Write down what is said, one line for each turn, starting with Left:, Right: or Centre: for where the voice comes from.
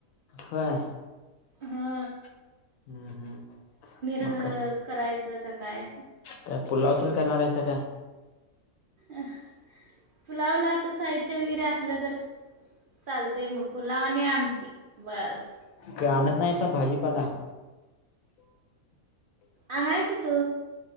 Left: होय
Right: हा
Left: हम्म हम्म
Right: अ,
Left: मग काय.
Right: करायचं का काय
Left: काय पुलावतून काय करणार आहेस <unintelligible>
Right: अह पुलावला आता साहित्य वगैरे असलं तर चालतंय मग पुलाव आणि आमटी बस
Left: का आणत नाहीसा भाजीपाला
Right: आणायचं तू